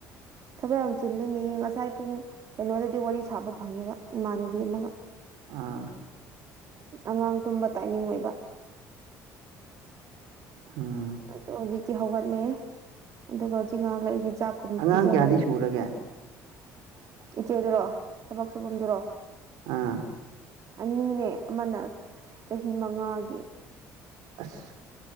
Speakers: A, on the right; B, on the right.
A: ꯊꯕꯛ ꯌꯥꯝ ꯆꯤꯜꯂꯤꯅꯦ ꯉꯁꯥꯏ ꯄꯨꯡ ꯀꯩꯅꯣꯗꯗꯤ ꯋꯥꯔꯤ ꯁꯥꯕ ꯐꯪꯉꯦꯕ ꯏꯃꯥꯟꯅꯕꯤ ꯑꯃꯒ
B: ꯑꯥ
A: ꯑꯉꯥꯡ ꯇꯨꯝꯕ ꯇꯥꯏꯃꯤꯡ ꯑꯣꯏꯕ
B: ꯑꯝ
A: ꯑꯗ ꯍꯧꯖꯤꯛꯇꯤ ꯍꯧꯒꯠꯂꯦ ꯑꯗꯨꯒ ꯍꯧꯖꯤꯛ ꯉꯍꯂꯛ ꯑꯩꯗꯤ ꯆꯥꯛꯀꯨꯝꯕ
B: ꯑꯉꯥꯡ
A: ꯄꯤꯖꯈ꯭ꯔꯅꯤ
B: ꯀꯌꯥꯗꯤ ꯁꯨꯔꯒꯦ
A: ꯏꯆꯦꯗꯨꯔꯣ ꯊꯕꯛ ꯁꯨꯐꯝꯗꯨꯔꯣ
B: ꯑꯥ
A: ꯑꯅꯤꯅꯦ ꯑꯃꯅ ꯆꯍꯤ ꯃꯉꯥꯒꯤ
B: ꯑꯁ